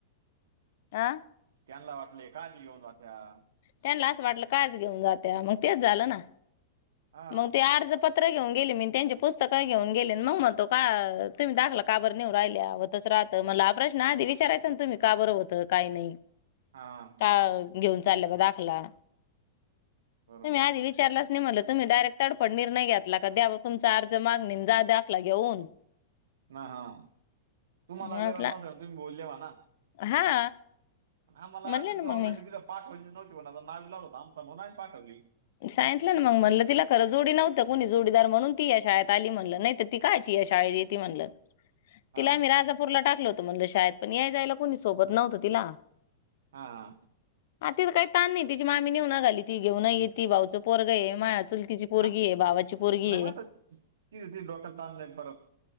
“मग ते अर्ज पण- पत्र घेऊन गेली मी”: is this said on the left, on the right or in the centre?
Left